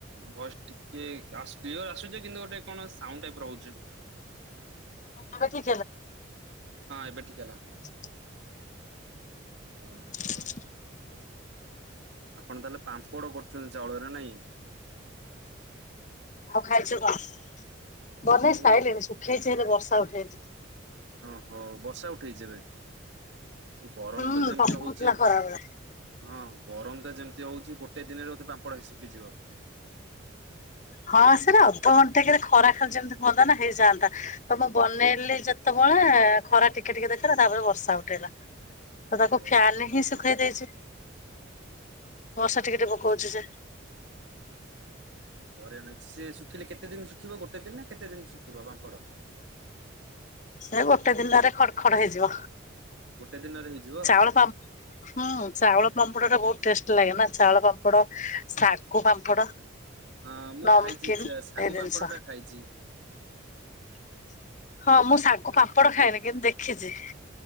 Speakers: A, on the right (about 65°); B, on the left (about 40°).
A: ବସ୍ କି କ୍ଲିଅର ର ଆସୁଛି କିନ୍ତୁ ଗୋଟେ କଣ ସାଉଣ୍ଡ ବ୍ରାଉଜ
B: ଆମେ କି
A: ହଁ ଏବେଠିକହେଲା
B: <inaudible> <unintelligible>
A: ଓହୋ, ଆପଣ ତାହେଲେ ପାମ୍ପଡ କରୁଛନ୍ତି ଚାଉଳରେ ନାଇଁ
B: ଆଉ ଖାଇଛୁ କଣ?
A: ମୁଁ
B: ବାନେଇ ସାଇିଲିଣୀ ସୁ ଉଠେଇଛି ହେଲେ ବର୍ଷା ଉଠେଇଛି।
A: ଓହୋ ବର୍ଷା ଉଠେଇଛି ଏବେ ଏ ଗରମ
B: ହୁଁ
A: ତ ଯେମିତି
B: ପକଉଥିଲା
A: ହଉଛି।
B: ଖରାବେଳେ।
A: ହଁ ଗରମ ଯେମିତି ହଉଛି ଗୋଟେ ଦିନରେ ପପଳଇ ଶୁଖିଯିବ
B: ହଁ ସେରା ଅଧଘଣ୍ଟେ କେ ଖରା ଖାଲି ଯେମିତି ବନ୍ଦତା ନା ହେଇଯାଆନ୍ତା ତ ମୁଁ ବନେଇଲି ଯେତେବେଳେ ଖରା ଟିକେ ଟିକେ ଦେଖେଇଲା ତାପରେ ବର୍ଷା ଉଠେଇଲା ତ ଟକୁ
A: ଓ
B: ଫାନଁ ରେ ହିଁ ଖେଇ ଦେଇଛି ବର୍ଷା ଟିକେ ଟିକେ ପକଉଛି ଯେ
A: ପରେ ଆଣ ସେ ଶୁଖିଲେ କେତେ ଦିନ ଶୁଖିବ ଗୋଟେ ଦିନ ନା କେତେ ଦିନ ଶୁଖିବ ପାମ୍ପଡ଼?
B: ସେ ଗୋଟେ ଦିନରେ ଖଡ ଖଡ ହେଇଯିବ
A: ଗୋଟେ ଦିନରେ ହେଇଯିବ
B: ଚାଉଳ ପା ହୁଁ ଚାଉଳ ପାମ୍ପଡ ଟା ବହୁତ ଟେଷ୍ଟ ଲାଗେ ନା ଚାଉଳ ପାମ୍ପଡ ଶାଗୁ ପାମ୍ପଡ
A: ହଁ ମୁଁ
B: ନମକିନ୍
A: ଖାଇଛି ଶାଗୁ
B: ଏ ଜିନିଷ।
A: ପାମ୍ପଡ ଟା ଖାଇଛି।
B: <inaudible> ହଁ ମୁଁ ଶାଗୁ ପାମ୍ପଡ଼ ଖାଇନି କିନ୍ତୁ ଦେଖିଛି।